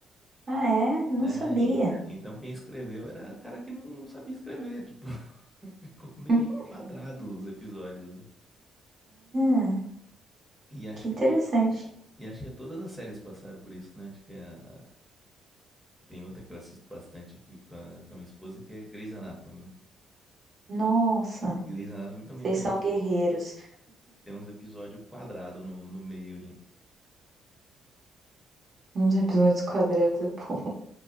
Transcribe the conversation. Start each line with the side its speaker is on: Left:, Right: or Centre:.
Right: Ah, é? Não
Centre: É,
Right: sabia.
Centre: en- então quem escreveu era cara que não sabia escrever, tipo, <laughs> ficou meio
Right: Uhum.
Centre: quadrado os episódios, né?
Right: Ah,
Centre: E acho
Right: que
Centre: que
Right: interessante.
Centre: to... e acho que todas as séries passaram por isso, né? Acho que a... tem outra que eu assisto bastante aqui com a, com a minha esposa, que é Grey's Anatomy, né?
Right: Nossa,
Centre: Grey's Anatomy também
Right: vocês
Centre: tem
Right: são
Centre: uns,
Right: guerreiros.
Centre: tem uns episódios quadrados no, no meio ali.
Right: Uns episódios quadrados é bom.